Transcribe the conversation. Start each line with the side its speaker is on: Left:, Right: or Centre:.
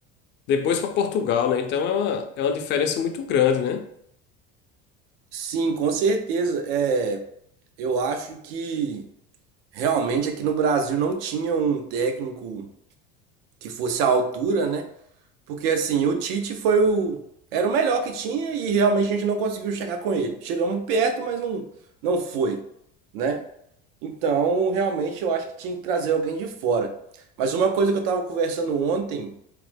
Left: depois para Portugal, né? Então é uma, é uma diferença muito grande, né?
Right: Sim, com certeza. É, eu acho que realmente aqui no Brasil não tinha um técnico que fosse à altura, né? Porque assim, o Tite foi o era o melhor que tinha e realmente a gente não conseguiu chegar com ele. Chegamos perto, mas não não foi, né? Então, realmente eu acho que tinha que trazer alguém de fora. Mas uma coisa que eu estava conversando ontem